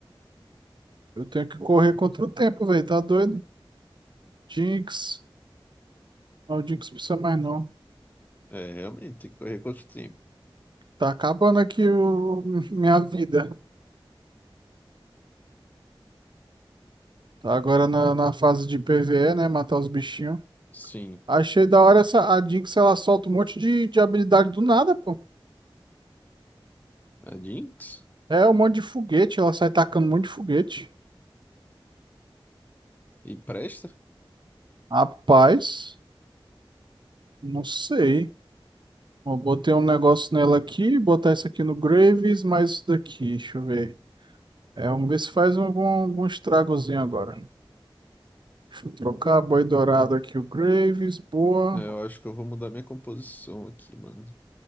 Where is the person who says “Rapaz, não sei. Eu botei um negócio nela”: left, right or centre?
Right